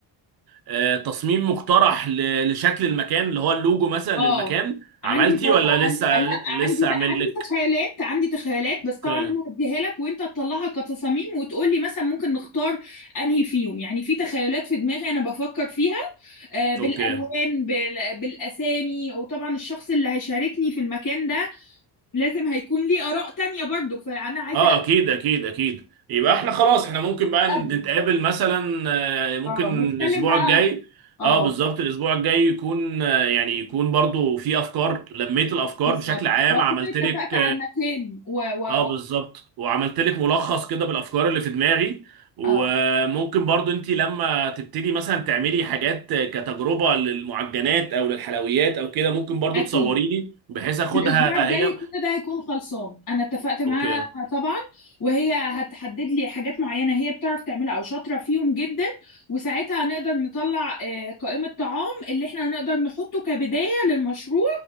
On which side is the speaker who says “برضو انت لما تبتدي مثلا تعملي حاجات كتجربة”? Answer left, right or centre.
Right